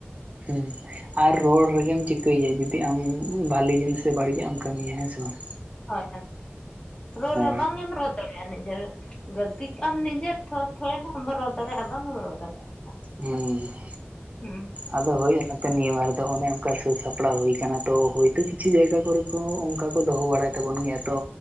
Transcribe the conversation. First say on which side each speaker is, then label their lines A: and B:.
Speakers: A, on the right; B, on the left.
A: ᱦᱮᱸ, ᱟᱨ ᱨᱚᱲ ᱨᱮᱜᱮᱢ ᱪᱤᱠᱟᱹᱭᱮᱭᱟ ᱡᱩᱫᱤ ᱟᱢ ᱵᱟᱹᱞᱤ ᱡᱤᱱᱤᱥ ᱥᱮ ᱵᱟᱹᱲᱤᱡᱟᱜ ᱮᱢ ᱠᱟᱹᱢᱤᱭᱟ ᱦᱮᱸ ᱥᱮ ᱵᱟᱝ᱾
B: ᱦᱳᱭ ᱦᱳᱭ
A: ᱦᱮᱸ
B: ᱨᱚᱲ ᱵᱟᱝ ᱮᱢ ᱨᱚᱲ ᱫᱟᱲᱮᱭᱟᱜ, ᱟ ᱱᱤᱡᱮᱨ ᱜᱟᱹᱞᱛᱤ ᱠᱟᱜ ᱟᱢ ᱱᱤᱡᱮᱨ ᱛᱚ ᱛᱷᱚᱲᱟ ᱦᱚᱸ ᱱᱟᱜ ᱮᱢ ᱨᱚᱲ ᱫᱟᱲᱮᱭᱟᱜᱼᱟ ᱵᱟᱝᱮᱢ ᱨᱚᱲ ᱫᱟᱲᱮᱭᱟᱜᱼᱟ᱾ ᱛᱚ
A: ᱦᱮᱸ,
B: ᱦᱩᱸ
A: ᱟᱫᱚ ᱦᱳᱭ ᱦᱩᱭ ᱟᱠᱟᱱᱛᱮ ᱱᱤᱭᱟᱹ ᱵᱟᱨ ᱫᱚ ᱚᱱᱮ ᱚᱱᱠᱟ ᱥᱟᱹᱛ ᱥᱟᱯᱲᱟᱣ ᱦᱩᱭ ᱠᱟᱱᱟ ᱛᱚ ᱦᱳᱭᱛᱳ ᱠᱤᱪᱷᱩ ᱡᱟᱭᱜᱟ ᱠᱚᱨᱮ, ᱠᱚ ᱚᱱᱠᱟ ᱠᱚ ᱫᱚᱦᱚ ᱵᱟᱲᱟᱭ ᱛᱟᱵᱚᱱ ᱜᱮᱭᱟ ᱛᱚ᱾